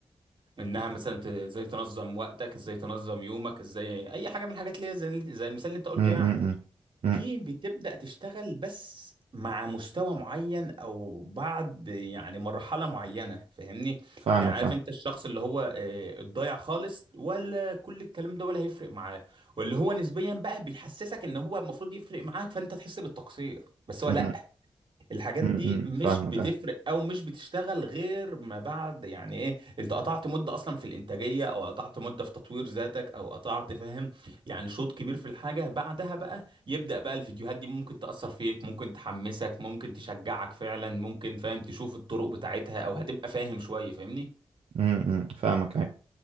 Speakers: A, on the right (about 55°); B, on the right (about 80°).
A: انها مثلا ت- ازاي تنظم وقتك ازاي تنظم يومك ازاي اي حاجه من الحاجات اللي هي زي زي المثال اللي انت قلته
B: مم.
A: يعني
B: مم. مم.
A: دي بتبدأ تشتغل بس مع مستوى معين او بعد يعني مرحلة معينة فاهمني
B: فاهمك
A: يعني عارف
B: فاهم
A: انت الشخص اللي هو آه، الضايع خالص ولا كل الكلام ده ولا هيفرق معاه واللي هو نسبيا بقى بيحسسك ان هو المفروض يفرق معاك فانت تحس بالتقصير بس هو
B: مم.
A: لا الحاجات
B: مم.
A: دي
B: مم.
A: مش
B: فاهمك
A: بتفرق
B: اه
A: او مش بتشتغل غير ما بعد يعني ايه انت قطعت مده اصلا في الانتاجيه او قطعت مده في تطوير ذاتك او قطعت فاهم يعني شوط كبير في الحاجه بعدها بقى يبدا بقى الفيديوهات دي ممكن تاثر فيك ممكن تحمسك ممكن تشجعك فعلا ممكن فاهم تشوف الطرق بتاعتها او هتبقى فاهم شويه فاهمني
B: مم. مم. فاهمك آه.